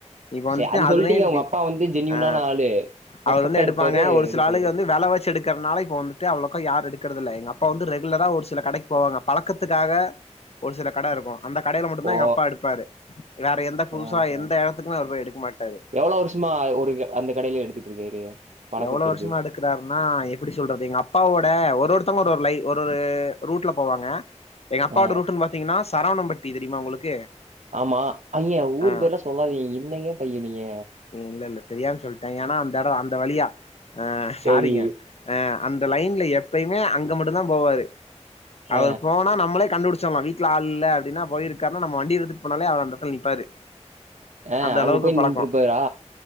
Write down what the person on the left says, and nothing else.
இப்ப வந்துட்டு
அதுலயூ
இப்டி
ஆ
அது வந்து எடுப்பாங்க
ஒரு
சில ஆளுங்க வந்து வெலவாசி எடுக்கற்னால இப்ப வந்துட்டு அவ்ளக்கா யார் எடுக்றதில்ல எங்கப் பா வந்து ரெகுலராக ஒரு சில கடைக்கு போவாங்க பழக்கத்துக்காக ஒரு சில கட இருக்கூ அந்த கடையில மட்டுந்தா
எங்கப்பா எடுப்பாரு வேற எந்த புதுசா
எந்தெடத்துக்குமே
அவர் போய் எடுக்க மாட்டாரு
எவ்ளோ வருஷமா எடுக்கறாருனா எப்டி சொல்றது எங்கப்பாவோட ஒரு ஒருத்தவுங் ஒர் ஒரு லை ஒரு ஒரு ரூட்ல போவாங்க எங்கப்பாவோட
ரூட்டுன் பாத்தீங்கன்னா ஸ் சரவணம்பட்டி தெரியுமா உங்களுக்கு
ஆ
இல்லல்ல தெரியாம சொல்லிட்டே ஏனா அந்த எடோ அந்த வழியா ஆ சாரீங்க
அ அந்த லைன்ல எப்பயுமே அங்க மட்டுந்தா போவாரு
அவர் போனா நம்மளே கண்டுபடிச்சுர்லா வீட்ல ஆள் இல்ல அப்டின்னா போயிருக்காருன்னா நம்ம வண்டி எடுத்துட்டு போனாலே அவர் அந்தெடத்தில நிப்பாரு
அந்தளவுக்கு
பழக்கோ